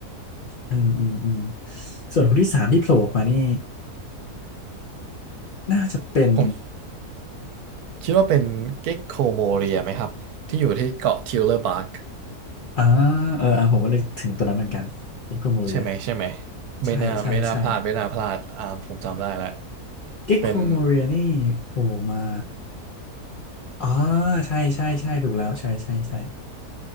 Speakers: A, on the left (about 60°); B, on the right (about 75°).
A: อืมอืมอืมส่วนคนที่สามที่โผล่ออกมานี่น่าจะเป็น
B: ผม คิดว่าเป็นเก็กโคโมเรียไหมครับที่อยู่ที่เกาะทิวเลอร์บาร์ก
A: อ่าเอออ่าผมก็นึกถึงตัวนั้นเหมือนกันเก็กโคโมเรีย
B: ใช่ไหมใช่ไหมไม่น่าไม่น่าพลาดไม่น่าพลาดอ่าผมจำได้แล้ว
A: ใช่ใช่ใช่เก็กโคโมเรียนี่โผล่มา
B: เป็น
A: อ๋อใช่ใช่ใช่ถูกแล้วใช่ใช่ใช่